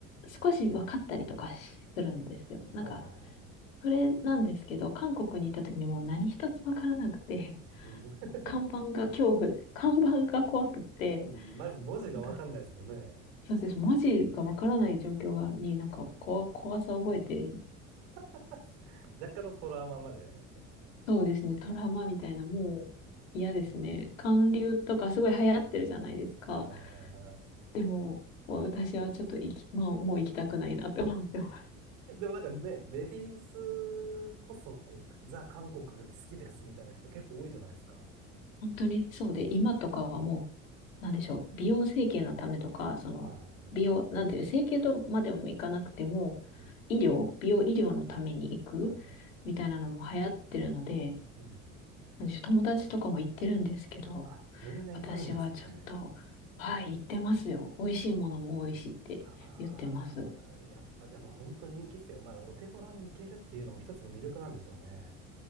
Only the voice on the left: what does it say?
少し分かったりとかするんですよ。なんか、
それなんですけど、韓国に行った時にもう何一つ分からなくて、
看板が恐怖、看板が怖くて、
なんか、そうです。文字が分からない状況が、になんか怖、怖さを覚えて、
そうですね。トラウマみたいな、もう嫌ですね。韓流とかすごい流行ってるじゃないですか。
でも、もう私はちょっと行き、まあ、もう行きたくないなって思ってます。
<laughs> 本当にそうで、今とかはもう、なんでしょう、美容整形のためとか、その、
美容、なんて整形とまでもいかなくても、
医療、美容医療のために行く
みたいなのも流行ってるので、
なんでしょう、友達とかも行ってるんですけど、
私はちょっと、はい、言ってますよ。美味しいものも多いしって言ってます。